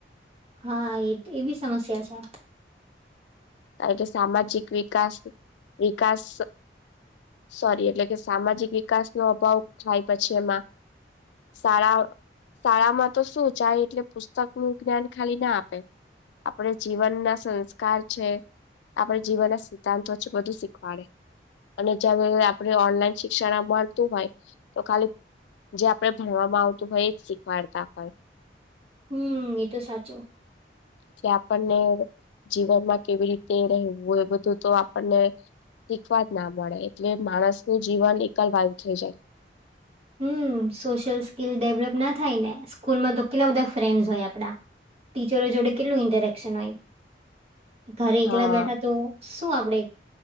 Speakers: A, on the right (about 35°); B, on the left (about 85°).
A: હા એ એ બી સમસ્યા છે.
B: કારણ કે સામાજિક વિકાસ વિકાસ સોરી એટલે કે સામાજિક વિકાસનો અભાવ થાય પછી એમાં શાળા શાળામાં તો શું જાય એટલે પુસ્તક નું જ્ઞાન ખાલી ના આપે આપડે જીવન ના સંસ્કાર છે આપણે જીવનના સિદ્ધાંતો છે બધું શીખવાડે અને જયારે આપણે ઓનલાઈન શિક્ષણ મળતું હોય તો ખાલી જે આપણે ભણવામાં આવતું હોય એ જ શીખવાડતા હોય
A: હમ એ તો સાચું
B: એટલે આપણને જીવનમાં કેવી રીતે રહેવું એ બધું તો આપણને શીખવા જ ના મળે એટલે માણસનું જીવન એકલવાયુ થઈ જાય.
A: હમ સોશિયલ સ્કીિલ ડેવલપ ના થાય ને સ્કૂલમાં તો કેટલા બધા ફ્રેન્ડસ હોય આપડા ટીચરો જોડે કેટલું ઇન્ટરેકશન હોય ઘરે
B: હા
A: એકલા બેઠા તો શું આપડે